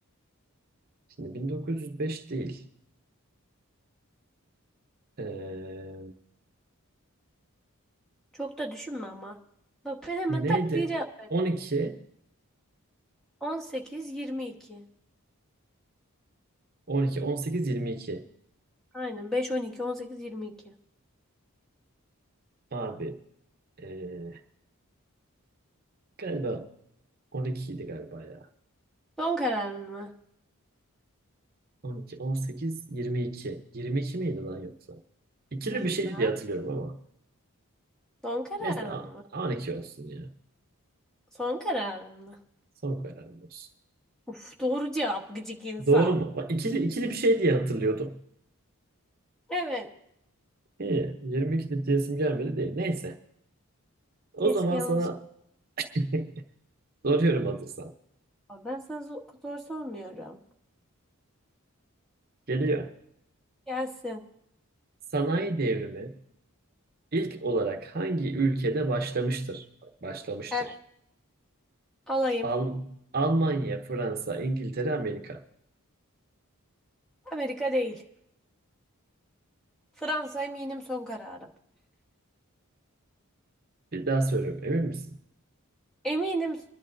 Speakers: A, on the right; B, in the centre.
A: Şimdi 1905 değil. Ee,
B: Çok da düşünme ama. Bak ben hemen
A: neydi?
B: tak diye cevap verdim.
A: 12,
B: 18, 22.
A: 12, 18, 22.
B: Aynen 5, 12, 18, 22.
A: Abi ee, galiba on iki idi galiba ya.
B: Son kararın mı?
A: 12, 18, 22. 22 miydi lan yoksa? İkili
B: Bilmem.
A: bir şeydi diye hatırlıyorum ama.
B: Son kararın
A: Neyse a-
B: mı?
A: 12 olsun ya.
B: Son kararın mı?
A: Son kararım olsun.
B: Uf doğru cevap gıcık insan.
A: Doğru mu? Bak ikili, ikili bir şey diye hatırlıyordum.
B: Evet.
A: İyi. 22 de diyesim gelmedi değil. Neyse. O
B: Keşke
A: zaman
B: yanlışlıkla.
A: sana <laughs> soruyorum hazırsan.
B: Ben sana zor, zor sormuyorum.
A: Geliyor.
B: Gelsin.
A: Sanayi devrimi İlk olarak hangi ülkede başlamıştır? Bak, Başlamıştır.
B: Evet. Alayım.
A: Al Almanya, Fransa, İngiltere, Amerika.
B: Amerika değil. Fransa eminim son kararım.
A: Bir daha söylüyorum. Emin misin?
B: Eminim.